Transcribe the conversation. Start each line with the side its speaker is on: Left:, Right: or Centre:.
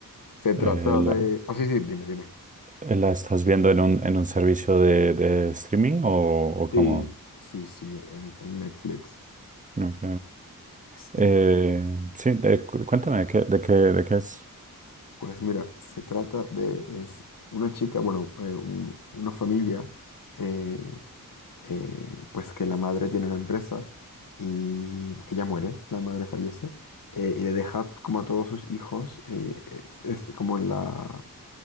Left: Se trata
Right: eh, ¿la,
Left: de... Ah, sí, sí, dime, dime.
Right: la estás viendo en un, en un servicio de, de streaming o, o
Left: Sí,
Right: cómo?
Left: sí, sí, en, en Netflix.
Right: Ok.
Left: Sí.
Right: Eh, sí, de- cu- cuéntame, ¿de qué, de qué, de qué es?
Left: Pues mira, se trata de... Es una chica, bueno, eh, un- una familia. eh, eh, pues que la madre tiene una empresa y ella muere, la madre fallece, eh, y le deja como a todos sus hijos, eh, es- este, como en la...